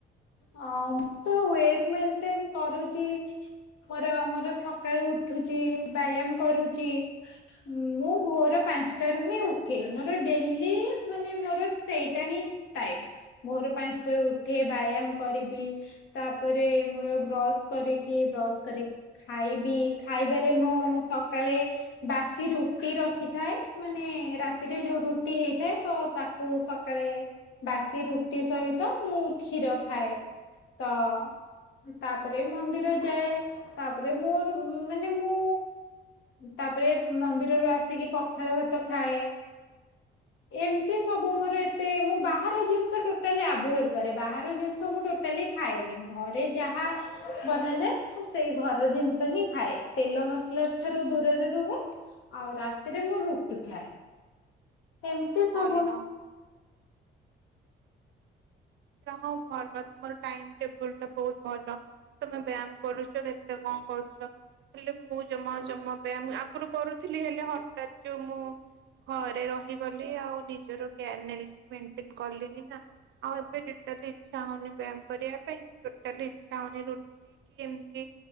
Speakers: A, on the left; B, on the right.
A: ହ ତ ୱେଟ ମେଣ୍ଟେନ କରୁଛି। ମୋର ମୋର ସକାଳୁ ଉଠୁଚି ବ୍ୟାୟାମ କରୁଛି। ମୁଁ ଭୋର ପାଞ୍ଚଟାରୁ ହିଁ ଉଠେ, ମୋର ଡେଲି ମାନେ ମୋର ସେଇଟା ହିଁ। ଟାଇମ ଭୋର୍ ପାଞ୍ଚଟାରୁ ଉ ଉଠି ବ୍ୟାୟାମ କରିବି ତାପରେ ମୋର ବ୍ରସ କରିକି ବ୍ରସ କରି ଖାଇବି ଖାଇବାରେ ମୁଁ ସକାଳେ ବାସି ରୁଟି ରଖିଥାଏ, ମାନେ ରାତିରେ ଯୋଉ ରୁଟି ହେଇଥାଏ ତ ତାକୁ ସକାଳେ ବାସି ରୁଟି ସହିତ ମୁଁ କ୍ଷୀର ଖାଏ ତ ତାପରେ ମନ୍ଦିର ଯାଏ ତାପରେ ମୋର ମାନେ ମୁଁ ତା ପରେ ମନ୍ଦିରରୁ ଆସିକି ପଖାଳ ଭାତ ଖାଏ। ଏମତି ସବୁ ମୋର ଏତେ ମୁଁ ବାହାର ଜିନିଷ ଟୋଟାଲି ଆଭୋଏଡ୍ କରେ। ବାହାର ଜିନିଷ ମୁଁ ଟୋଟାଲି ଖାଏନି ଘରେ ଯାହା ବନାଯାଏ ମୁଁ ସେଇ ଘର ଜିନିଷ ହିଁ ଖାଏ ତେଲ ମସଲା ଠାରୁ ଦୂରରେ ରୁହେ। ଆଉ ରାତିରେ ମୁଁ ରୁଟି ଖାଏ ଏମତି ସବୁ
B: ଭଲ ଯାହୋଉ ଭଲ ତମର ଟାଇମ୍ ଟେବୁଲ୍ ତ ବୋହୁତ ଭଲ। ତମେ ବ୍ୟାମ କରୁଚ ଯେତେ କଣ କରୁଚ ହେଲେ ମୁଁ ଜମା ଜମା ବ୍ୟାମ୍ ଆଗୁରୁ କରୁଥୁଲି ହେଲେ ହଠାତ୍ ଯୋଉ ମୁଁ ଘରେ ରହିଗଲି ଆଉ ନିଜର କେୟାର୍ ନେଲିନି ମେଣ୍ଟେନ କଲିନି ନା ଆଉ ଏବେ ଟୋଟାଲି ଇଚ୍ଛା ହୋଉନି ବ୍ୟାମ କରିବା ପାଇଁ କି ଟୋଟାଲି ଇଛା ହୋଉନି ରୁଟି କି ଏମତି